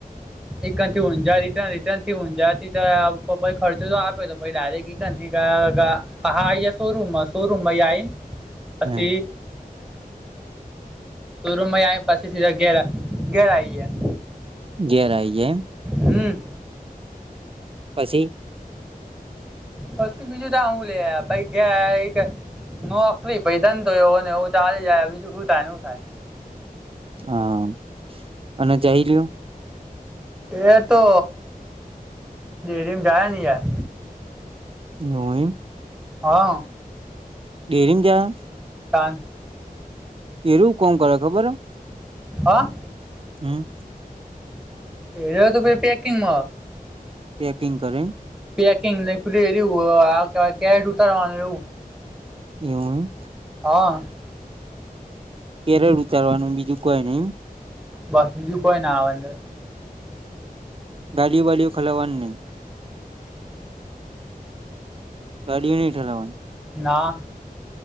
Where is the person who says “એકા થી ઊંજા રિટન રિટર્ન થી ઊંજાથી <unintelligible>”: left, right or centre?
Centre